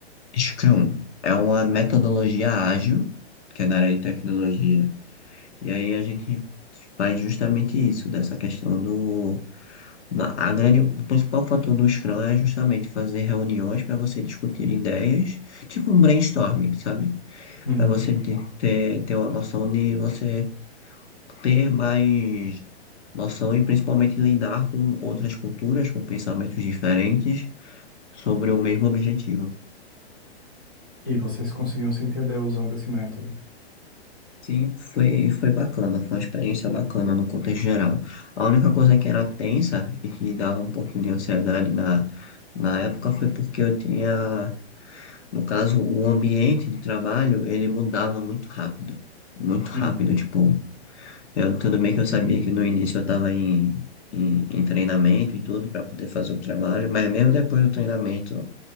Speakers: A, on the left; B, on the left.
A: Scrum é uma metodologia ágil, que é na área de tecnologia, e aí a gente faz justamente isso, dessa questão do Na- A grande, o principal fator do Scrum é justamente fazer reuniões para você discutir ideias, tipo um brainstorming, sabe?
B: Uhum.
A: Para você ter, ter, ter uma noção de você ter mais noção e principalmente lidar com outras culturas, com pensamentos diferentes sobre o mesmo objetivo.
B: E vocês conseguiam se entender usando esse método?
A: Sim, foi, foi bacana, foi uma experiência bacana no contexto geral. A única coisa que era tensa e que dava um pouquinho de ansiedade na, na época foi porque eu tinha No caso, o ambiente de trabalho, ele mudava muito rápido. Muito rápido,
B: Uhum,
A: tipo, eu, tudo bem que eu sabia que no início eu estava em, em, em treinamento e tudo para poder fazer o trabalho, mas mesmo depois do treinamento,